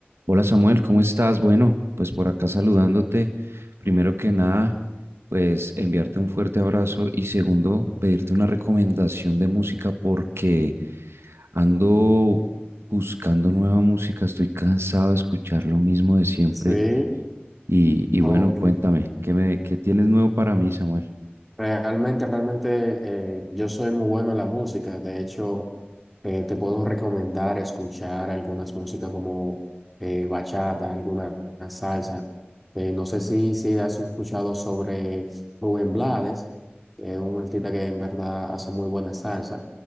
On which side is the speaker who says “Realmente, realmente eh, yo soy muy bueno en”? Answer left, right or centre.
Centre